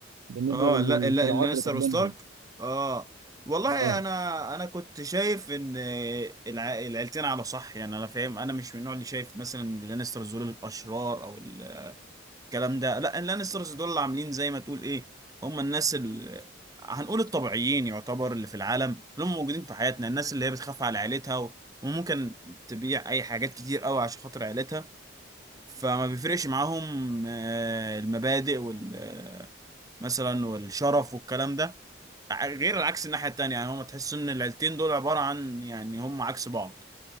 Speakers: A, on the right (about 90°); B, on the right (about 20°).
A: بالنسبة
B: اه
A: للصراعات
B: لا لا لانستر
A: اللي كانت
B: وستارك
A: بينهم
B: اه والله
A: أه
B: انا انا كنت شايف ان آه، الع... العيلتين على صح يعني انا فاهم انا مش من النوع اللي شايف مثلا لانستر دول الاشرار او الكلام ده لا اللانسترز دول اللي عاملين زي ما تقول ايه هم الناس ال... هنقول الطبيعيين يعتبر اللي في العالم اللي هم موجودين في حياتنا الناس اللي هي بتخاف على عيلتها و... وممكن تبيع اي حاجات كتير قوي عشان خاطر عيلتها فما بيفرقش معاهم آه، المبادئ وال آه، مثلا والشرف والكلام ده غير العكس الناحية التانية يعني هم تحس ان العيلتين دول عبارة عن يعني هم عكس بعض